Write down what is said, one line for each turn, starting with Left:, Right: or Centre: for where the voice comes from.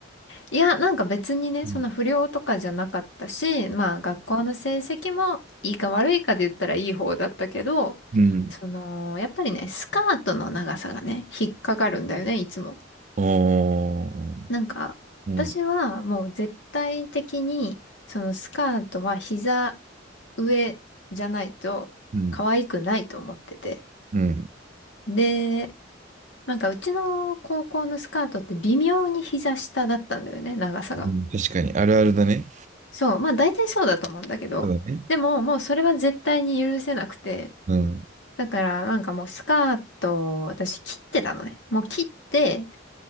Left: いや、なんか別にね、
Right: う。
Left: そんな不良とかじゃなかったし、
Right: うん。
Left: まあ学校の成績もいいか悪いかで言ったらいい方だったけど、
Right: うん。
Left: その、やっぱりね、スカートの長さがね、引っかかるんだよね、いつも。
Right: おー。
Left: なんか、
Right: うん。
Left: 私はもう絶対的に、そのスカートは膝上じゃないと可愛くないと思ってて。
Right: うん。うん。
Left: で、なんかうちの高校のスカートって微妙に膝下だったんだよね、長さが。
Right: うん。確かに、あるあるだね。
Left: そう、まあ大体そうだと思うんだけど。
Right: そうだね。
Left: でももうそれは絶対に許せなくて。
Right: うん。うん。
Left: だからなんかもうスカートを私切ってたのね。もう切って